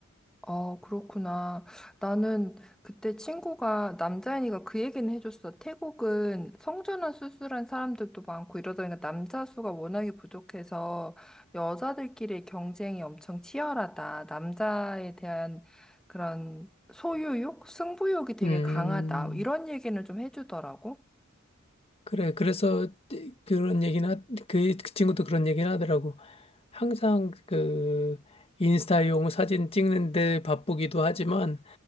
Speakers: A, in the centre; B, on the left.
A: 아, 그렇구나. 나는 그때 친구가, 남자애니까 그 얘기는 해줬어. 태국은 성전환 수술한 사람들도 많고 이러다 보니까 남자 수가 워낙에 부족해서 여자들끼리의 경쟁이 엄청 치열하다. 남자에 대한 그런 소유욕? 승부욕이 되게
B: 음.
A: 강하다. 이런 얘기는 좀 해주더라고.
B: 그래, 그래서 그런 얘기나 그, 그 친구도 그런 얘기는 하더라고. 항상 그 인스타용 사진 찍는데 바쁘기도 하지만